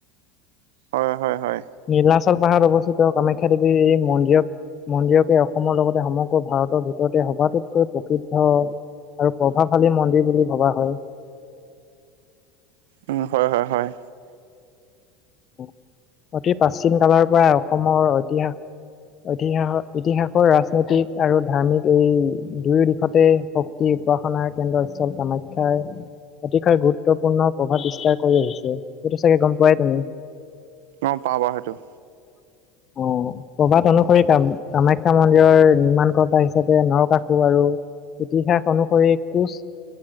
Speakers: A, on the right; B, on the left.
A: হয়, হয়, হয়
B: নীলাচল পাহাৰত অৱস্থিত, কামাখ্যা দেৱীৰ এই মন্দিৰত। মন্দিৰকে, অসমৰ লগতে সমগ্ৰ ভাৰতৰ ভিতৰতে সবাতোতকৈ প্ৰসিদ্ধ আৰু প্ৰভাৱশালী মন্দিৰ বুলি ভবা হয়।
A: উ, হয়, হয়, হয়,
B: অতি, প্ৰাচীন কালৰ পৰা অসমৰ ঐতিহাস ইতিহাসৰ, ইতিহাসৰ, ৰাজনৈতিক আৰু ধাৰ্মিক এই দুয়ো দিশতে। শক্তি উপাসনাৰ কেন্দ্ৰস্থল কামাখ্যাৰ। অতিশয় গুৰুত্বপূৰ্ণৃ, প্ৰভাৱ বিস্তাৰ কৰি আহিছে সেইটো চাগে গম পোৱাই তুমি
A: অ', বাৰু সেইটো
B: অ', প্ৰভাত অনুসৰি, কাম কামাখ্যা মন্দিৰৰ, নিৰ্মাণকৰ্তা হিচাপে নৰকাসু আৰু ইতিহাস অনুসৰি কোচ